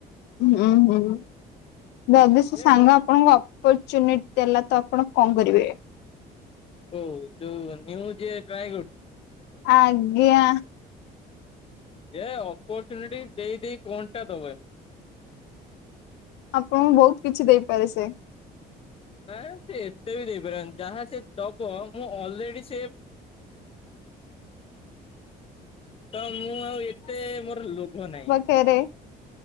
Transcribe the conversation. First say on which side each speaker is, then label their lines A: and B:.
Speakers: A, on the left; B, on the left.
A: ହୁଁ, ହୁଁ, ଯଦି ସେ
B: ଇଏ
A: ସାଙ୍ଗ ଆପଣଙ୍କୁ ଅ ଅପ୍ପରଚୁନିଟ୍ ଦେଲା ତ ଆପଣ କଣ କରିବେ?
B: ଯୋଉ ଯୋଉ ନିୟମ ଯିଏ ଟ୍ରାଏ କରୁଛି
A: ଆଜ୍ଞା।
B: ଯେ ଅପ୍ପରଚୁନିଟି ଦେଇ ଦେଇ କଁଅଟା ଦବେ?
A: ଆପଣଙ୍କୁ ବହୁତ କିଛି ଦେଇପାରେ ସେ।
B: ନା ସେ ଏତେ ବି ଦେଇପାରିବନି ଯାହା ସେ ଦବ ମୁଁ ଅଲରେଡ଼ି ସେ ତ ମୁଁ ଆଉ ଏତେ ମୋର ଲୋଭ ନାହିଁ।
A: ଫେରେ?